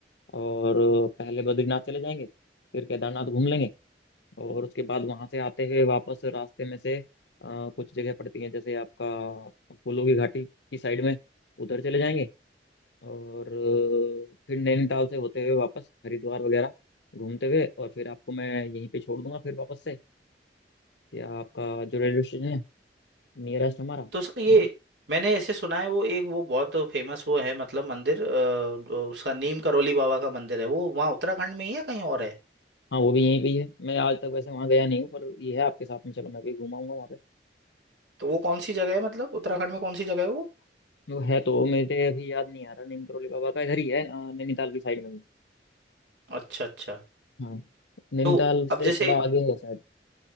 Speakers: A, on the left; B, on the right.
A: और पहले बद्रीनाथ चले जाएंगे फिर केदारनाथ घूम लेंगे और उसके बाद वहां से आते हुए वापस रास्ते में से अ, कुछ जगह पड़ती हैं जैसे आपका फूलों की घाटी की साइड में उधर चले जाएंगे और अ, फिर नैनीताल से होते हुए वापस हरिद्वार वगैरह घूमते हुए और फिर आपको मैं यहीं पे छोड़ दूंगा फिर वापस से कि आपका जो रेलवे स्टेशन है नियरेस्ट हमारा
B: तो सर ये
A: बस
B: मैंने ऐसे सुना है वो एक वो बहुत फेमस वो है मतलब मंदिर अ, जो उसका नीम करोली बाबा का मंदिर है वो वहाँ उत्तराखंड में ही है कहीं और है
A: हाँ वो भी यहीं पे ही है मैं आज तक वैसे वहाँ गया नहीं हूँ पर ये है आपके साथ में चलो मैं भी घुमाऊंगा वहाँ पे
B: तो वो कौन सी जगह है मतलब उत्तराखंड में कौन सी जगह है वो
A: वो है तो मेरे अभी याद नहीं आ रहा नीम करोली बाबा का इधर ही है अ, नैनीताल की साइड में ही।
B: अच्छा अच्छा
A: हाँ नैनीताल
B: तो अब
A: से
B: जैसे
A: थोड़ा आगे ही है शायद